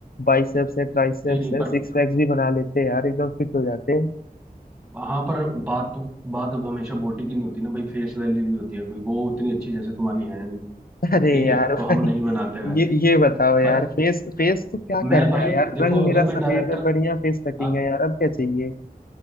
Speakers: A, on the left (about 70°); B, in the centre.
A: बाइसेप्स है ट्राइसेप्स
B: नहीं नहीं
A: है
B: पर
A: सिक्स पैक्स भी बना लेते हैं यार एकदम फिट हो जाते हैं
B: हाँ पर बात तो बात अब हमेशा बॉडी की नहीं होती ना भाई फेस वैल्यू भी होती है कोई वो उतनी अच्छी जैसे तुम्हारी है नहीं
A: <laughs> अरे
B: ठीक
A: यार
B: है
A: भाई
B: तो हम नहीं बनाते वैसे
A: ये ये बताओ यार
B: पर
A: फेस फेस तो क्या
B: मैं
A: करना
B: भाई
A: है यार
B: देखो
A: रंग मेरा
B: अगर मैं
A: सफेद
B: डायरेक्टर
A: है बढ़िया फेस कटिंग
B: अब
A: है यार अब क्या चाहिए